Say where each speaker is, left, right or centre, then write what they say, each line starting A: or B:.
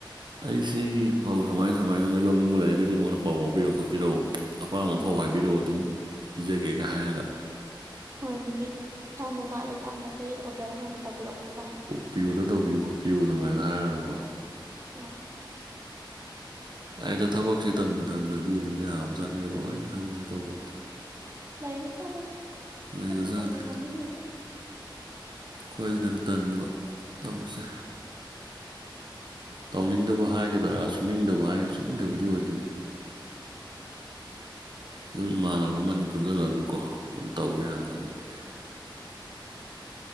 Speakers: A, on the right; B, on the right.
A: ꯑꯩ ꯁꯤꯒꯤ ꯐꯧ ꯁꯨꯃꯥꯏ ꯁꯨꯃꯥꯏꯅ ꯅꯣꯏ ꯂꯧꯅꯤꯡꯕ ꯂꯩꯔꯒꯗꯤ ꯃꯣꯏꯅ ꯄꯥꯎ ꯐꯥꯎꯕꯤꯔꯛ ꯈꯣꯠꯄꯤꯔꯛꯎ ꯑꯄꯥꯝꯕꯐꯥꯎ
B: ꯎꯝ
A: ꯍꯥꯏꯕꯤꯔꯛꯑꯣ ꯑꯗꯨꯝ ꯄꯤꯖꯒꯦꯒ ꯍꯥꯏꯔꯒ
B: ꯍꯣꯏ ꯅꯨꯃꯤꯠ ꯁ꯭ꯥꯃꯨꯛ ꯋꯥꯠꯂꯤꯀꯥꯟꯗꯒꯤ ꯑꯣꯔꯗꯔ ꯍꯥꯟꯅ ꯇꯧꯕꯤꯔꯛꯎ ꯀꯥꯏꯅ
A: ꯄꯤꯌꯣꯗ ꯇꯧꯕꯤꯌꯨ ꯈꯣꯠꯄꯤꯌꯨ ꯑꯗꯨꯃꯥꯏꯅ ꯍꯥꯏꯔꯒꯀꯣ
B: ꯑꯥ
A: ꯌꯥꯢꯗ ꯊꯕꯛꯁꯦ ꯇꯟꯕ ꯇꯟꯗꯗꯤ ꯑꯗꯨꯝ ꯌꯥꯕ ꯖꯥꯠꯅꯤ ꯂꯣꯏꯅ ꯊꯕꯛꯁꯦ ꯇꯧꯕ
B: ꯂꯩꯕ ꯆꯥꯅꯤꯗ
A: ꯂꯩꯕꯖꯥꯠꯅꯤ
B: ꯊꯕꯛ ꯇꯧꯅꯤꯡꯕ ꯃꯤꯒꯤꯗꯤ
A: ꯈꯣꯏꯁꯤꯅꯒ ꯇꯟꯕ ꯇꯧꯕꯁꯦ ꯇꯧꯅꯤꯡꯗꯕ ꯍꯥꯏꯒꯗ꯭ꯔꯥ ꯁꯨꯅꯤꯡꯗꯕ ꯍꯥꯏꯒ꯭ꯔꯥ ꯁꯨꯅꯤꯡꯗꯕꯗꯤ ꯑꯣꯏꯗꯣꯏꯅꯤ ꯑꯗꯨꯝ ꯏꯃꯥꯟꯅꯕ ꯑꯃꯅꯤ ꯄꯨꯟꯁꯤꯜꯂꯒꯀꯣ ꯑꯗꯨꯝ ꯇꯧꯕ
B: ꯎꯝ
A: ꯌꯥꯕ ꯊꯕꯛꯅꯤꯁꯦ